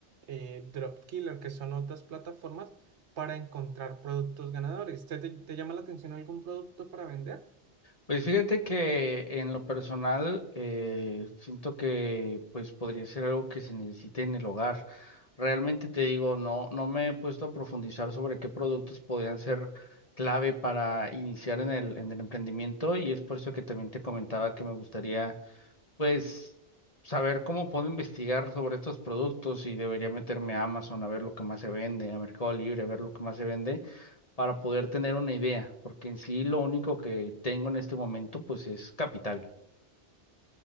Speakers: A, on the right; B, on the left.
A: eh, Dropkiller, que son otras plataformas para encontrar productos ganadores. ¿Te, te te llama la atención algún producto para vender?
B: Pues fíjate que en lo personal eh, siento que pues podría ser algo que se necesite en el hogar. Realmente te digo, no, no me he puesto a profundizar sobre qué productos podrían ser clave para iniciar en el, en el emprendimiento y es por eso que también te comentaba que me gustaría pues saber cómo puedo investigar sobre estos productos y debería meterme a Amazon a ver lo que más se vende, a Mercado Libre a ver lo que más se vende para poder tener una idea, porque en sí lo único que tengo en este momento pues es capital.